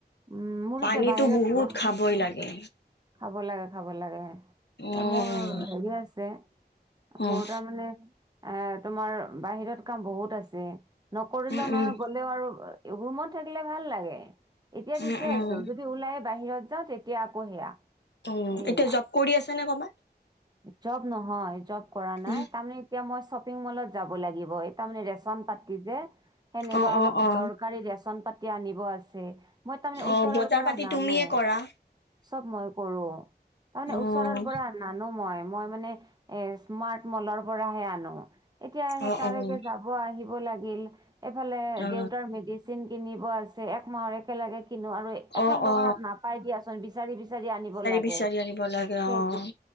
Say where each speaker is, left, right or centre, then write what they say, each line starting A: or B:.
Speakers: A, on the right; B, on the left.
A: উম মোৰ
B: পানীতো
A: এতিয়া বাহিৰত
B: বহুত খাবই লাগে।
A: খাব লাগে খাব লাগে
B: উম,
A: এয়া মোৰ হেৰি আছে
B: উম।
A: মোৰ তাৰমানানে এ তোমাৰ বাহিৰত কাম বহুত আছে নকৰিলেও
B: উম,
A: নহয়
B: উম,
A: গ'লেও আৰু ৰুমত থাকিলে ভাল লাগে এতিয়া
B: উম,
A: ঠিকে
B: উম,
A: আছো যদি ওলাই বাহিৰত যাওঁ তেতিয়া আকৌ সেয়া
B: উম,
A: এয়া
B: এতিয়া জব কৰি আছা নে ক'বাত?
A: জব নহয় জব কৰা নাই
B: উম।
A: তাৰমানে এতিয়া মই শ্বপিং মলত যাব লাগিব তাৰমানে ৰেচন পাতি যে সেনেকুৱা
B: অ',
A: অলপ
B: অ', অ'।
A: দৰকাৰী ৰেচন পাতি আনিব আছে মই তাৰমানে
B: অ',
A: ওচৰৰ
B: বজাৰ
A: পৰা
B: পাতি
A: নানো
B: তুমিয়ে কৰা?
A: চব মই কৰো তাৰমানে
B: অ',
A: ওচৰৰ পৰা নানো মই মই মানে এ স্মাৰ্ট মলৰ পৰাহে আনো এতিয়া স
B: অ',
A: তালকে
B: অ'।
A: যাব আহিব লাগিল এইফালে
B: অ',
A: দেউতাৰ মেডিচিন কিনিব আছে একমাহৰ একেলগে কিনো আৰু এখন
B: অ',
A: দোকানত
B: অ
A: নাপাই দিয়াচোন বিচাৰি বিচাৰি আনি লাগে
B: বিচাৰি আনিব লাগে
A: সেই
B: অ'।